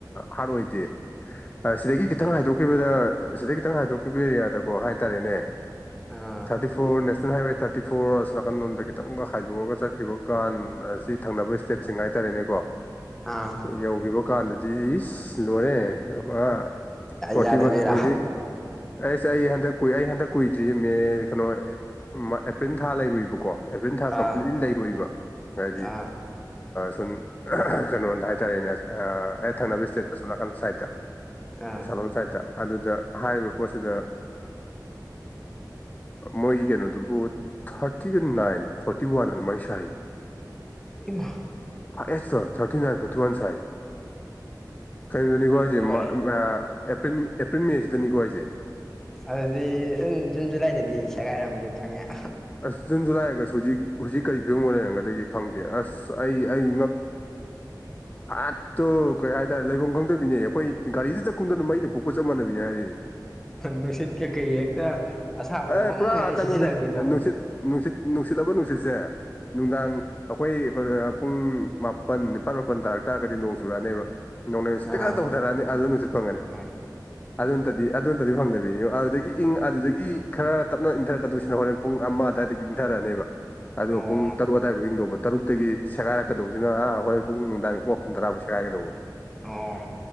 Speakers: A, on the left; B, in the centre.
A: ꯍꯥꯔꯠ ꯑꯣꯏꯗꯦ ꯁꯤꯗꯒꯤ
B: ꯑꯣꯀꯦ
A: ꯈꯤꯇꯪ ꯍꯥꯏꯗꯣꯛ ꯊꯣꯛꯈꯤꯕꯗ ꯁꯤꯗꯩ ꯈꯤꯇꯪ ꯍꯥꯏꯗꯣꯛꯈꯤꯕ ꯑꯦꯔꯤꯌꯥꯗꯀꯣ ꯍꯥꯏꯇꯥꯔꯦꯅꯦ
B: ꯑꯥ
A: thirty four national highway thirty twenty four ꯑꯔꯁ ꯅꯥꯀꯟꯜꯣꯣꯟꯗ ꯈꯤꯇꯪꯒ ꯍꯥꯏꯗꯣꯛꯑꯒ ꯆꯠꯈꯤꯕ ꯀꯥꯟ ꯑꯁꯤ ꯊꯪꯅꯕ ꯁ꯭ꯇꯦꯠꯁꯤꯡ ꯍꯥꯏꯇꯥꯔꯦꯅꯦꯀꯣ <unintelligible>
B: ꯑꯥ
A: ꯌꯧꯈꯤꯕ ꯀꯥꯟꯗꯗꯤ ꯏꯁ ꯂꯣꯏꯔꯦ ꯑꯥ ꯐꯣꯔꯇꯤ
B: ꯌꯥꯗꯕꯤꯔꯥ
A: ꯋꯥ ꯍꯧꯖꯤꯛ ꯑꯩꯁ ꯑꯩ ꯍꯟꯗꯛ ꯀꯨꯏ ꯑꯩ ꯍꯟꯗꯛ ꯀꯨꯏꯗ꯭ꯔꯤ ꯃꯦ ꯀꯩꯅꯣ ꯑꯦꯄ꯭ꯔꯤꯜ ꯊꯥ ꯂꯩꯔꯨꯏꯕꯀꯣ ꯑꯦꯄ꯭ꯔꯤꯜ ꯊꯥ
B: ꯑꯥ
A: ꯀꯝꯄ꯭ꯂꯤꯠꯂꯤ ꯂꯩꯔꯨꯏꯕ ꯍꯥꯏꯗꯤ
B: ꯑꯥ
A: ꯁꯨꯝ ꯀꯩꯅꯣꯗ ꯍꯥꯏꯇꯥꯔꯦꯅꯦ ꯑꯩ ꯊꯪꯅꯕ ꯏꯁꯇꯦꯠ ꯑꯁꯣꯝ ꯅꯥꯀꯟ ꯁꯥꯏꯠꯇ
B: ꯑꯥ
A: ꯑꯁꯣꯝ ꯁꯥꯏꯠꯇ ꯑꯗꯨꯗ ꯍꯥꯏꯔꯤꯕ ꯄꯣꯠꯁꯤꯗ ꯃꯣꯏꯒꯤ ꯀꯩꯅꯣꯗꯨꯕꯨ ꯊꯥꯔꯇꯤꯒ ꯅꯥꯏꯟ ꯐꯣꯔꯇꯤ ꯋꯥꯟ ꯑꯗꯨꯃꯥꯏꯅ ꯁꯥꯢ
B: ꯏꯃꯥ
A: ꯑꯦꯁ ꯁꯣ ꯊꯔꯇꯤꯟꯅꯥꯏꯟ ꯐꯣꯔꯇꯤ ꯋꯥꯟ ꯁꯥꯥꯏ ꯀꯩꯅꯣꯗꯅꯤꯀꯣ ꯑꯩꯁꯦꯄ꯭ꯔꯤꯜ
B: ꯂꯣꯏꯔꯦ
A: ꯑꯦꯄ꯭ꯔꯤꯜ ꯃꯦꯁꯤꯗꯅꯤꯀꯣ ꯍꯥꯢꯁꯤ
B: ꯑꯗꯨꯗꯤ ꯑꯗꯨꯝ ꯖꯨꯟ ꯖꯨꯂꯥꯏꯗꯗꯤ ꯁꯦꯒꯥꯏꯔꯝꯃꯅꯤ ꯈꯪꯉꯦ
A: ꯑꯁ ꯖꯨꯟ ꯖꯨꯂꯥꯏꯔꯒꯁꯨ ꯍꯧꯖꯤꯛ ꯍꯧꯖꯤꯛ ꯀꯔꯤ ꯐꯤꯕꯝ ꯑꯃ ꯂꯩꯔꯝꯒꯗꯒꯦ ꯈꯪꯗꯦ ꯑꯁ ꯑꯩ ꯑꯩ ꯍꯦꯛꯇ ꯀꯩ ꯍꯥꯢꯅꯤ ꯍꯥꯏꯔꯦ ꯂꯩꯐꯝ ꯈꯪꯗꯕꯤꯅꯦ ꯑꯩꯈꯣꯏ ꯒꯥꯔꯤꯗꯩꯗ ꯀꯨꯝꯊꯕꯗ ꯃꯩꯅ ꯄꯣꯛꯄ ꯆꯞ ꯃꯥꯟꯅꯕꯤꯅꯤ ꯍꯥꯏꯔꯤꯅꯦ
B: ꯅꯨꯡꯁꯤꯠ ꯀꯩ ꯀ ꯍꯦꯛꯇ ꯑꯁꯥꯕ
A: ꯑꯦ
B: ꯋꯪ
A: ꯄꯨꯔꯥ
B: ꯍꯥꯏꯔ
A: ꯀꯩꯅꯣꯅꯦ
B: ꯁꯤꯠꯆꯤꯜꯂꯛꯄꯤꯗꯣ
A: ꯅꯨꯡꯁꯤꯠ ꯅꯨꯡꯁꯤꯠ ꯅꯨꯡꯁꯤꯠ ꯍꯥꯢꯕ ꯅꯨꯡꯁꯤꯠꯁꯦ ꯅꯨꯡꯗꯥꯡ ꯑꯩꯈꯣꯏ ꯄꯨꯡ ꯃꯥꯄꯟ ꯅꯤꯄꯥꯜ ꯃꯥꯄꯜ ꯇꯥꯔꯛ ꯇꯥꯔꯒꯗꯤ ꯅꯣꯡ ꯆꯨꯔꯛꯑꯅꯦꯕ ꯅꯣꯡꯂꯩ ꯅꯨꯡꯁꯤꯠꯇ
B: ꯑꯥ
A: ꯀꯥꯟ ꯇꯧꯊꯔꯛꯑꯅꯤ ꯑꯗꯨ ꯅꯨꯡꯁꯤꯠ ꯐꯪꯉꯅꯤ
B: ꯑꯥ
A: ꯑꯗꯨ ꯇꯗꯤ ꯑꯗꯨ ꯅꯇꯗꯤ ꯐꯪꯗꯕꯤꯅꯤ ꯑꯗꯨꯗꯒꯤ ꯏꯪ ꯑꯗꯨꯗꯒꯤ ꯈꯔ ꯇꯞꯅ ꯏꯟꯊꯔꯛꯀꯗꯣꯏꯁꯤꯅ ꯍꯣꯔꯦꯟ ꯄꯨꯡ ꯑꯃ ꯑꯗꯨꯋꯥꯏꯗꯒꯤ ꯏꯪꯊꯔꯛꯑꯅꯦꯕ ꯑꯗꯨꯒ
B: ꯑꯣ
A: ꯄꯨꯡ ꯇꯔꯨꯛ ꯑꯗꯥꯏꯐꯥꯎ ꯌꯦꯡꯗꯧꯕ ꯇꯔꯨꯛꯇꯒꯤ ꯁꯦꯥꯏꯔꯛꯀꯗꯧꯕꯁꯤꯅ ꯑꯥ ꯍꯣꯏ ꯄꯨꯡ ꯅꯨꯡꯗꯥꯡ ꯄꯨꯡ ꯃꯥꯄꯟ ꯇꯔꯥꯐꯥꯎ ꯁꯦꯒꯥꯏꯒꯗꯧꯕ
B: ꯑꯣ